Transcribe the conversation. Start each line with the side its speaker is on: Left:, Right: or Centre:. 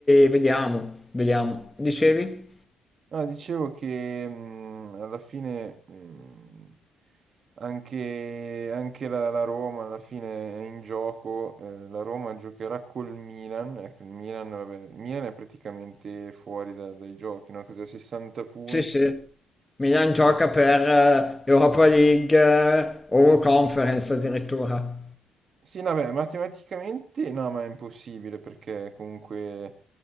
Left: vediamo, vediamo. Dicevi?
Right: No, dicevo che mh, alla fine mh, anche, anche la, la Roma alla fine è in gioco, eh, la Roma giocherà col Milan, ecco, il Milan, vabbè, il Milan è praticamente fuori da- dai giochi, no? Cos'è, 60 punti,
Left: Sì, sì. Milan gioca per eh, Europa League eh, o Conference addirittura.
Right: Sì, no, beh, matematicamente no, ma è impossibile perché comunque